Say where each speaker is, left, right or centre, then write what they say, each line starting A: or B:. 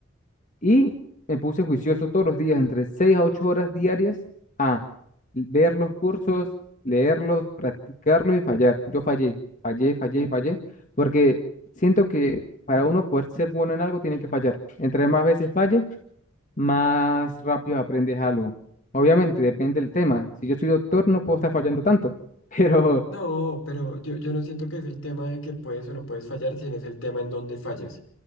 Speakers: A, on the left; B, on the left.
A: Y me puse juicioso todos los días, entre 6 a 8 horas diarias, a ver los cursos, leerlos, practicarlos y fallar. Yo fallé, fallé, fallé y fallé, porque siento que para uno poder ser bueno en algo tiene que fallar. Entre más veces falle, más rápido aprendes algo. Obviamente, depende del tema. Si yo soy doctor, no puedo estar fallando tanto, <laughs> pero
B: No, pero yo, yo no siento que es el tema de que puedes o no puedes fallar, sino es el tema en donde fallas.